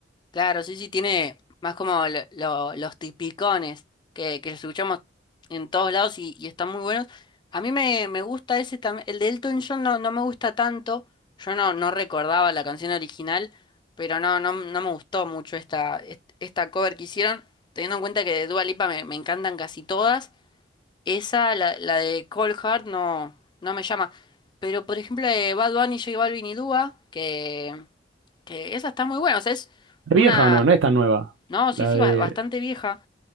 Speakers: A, on the left (about 25°); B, on the right (about 75°).
A: Claro, sí, sí, tiene más como lo- lo- los tipicones que, que escuchamos en todos lados y, y están muy buenos. A mí me, me gusta ese también, el de Elton John no, no me gusta tanto, yo no, no recordaba la canción original, pero no, no, no me gustó mucho esta, est- esta cover que hicieron, teniendo en cuenta que de Dua Lipa me, me encantan casi todas, esa, la, la de Cold Heart, no, no me llama, pero por ejemplo de Bad Bunny, J Balvin y Dua, que, que esa está muy buena, o sea, es
B: ¿Es
A: una...
B: vieja o no? No es tan nueva.
A: No,
B: La
A: sí, sí,
B: de...
A: ba- bastante vieja.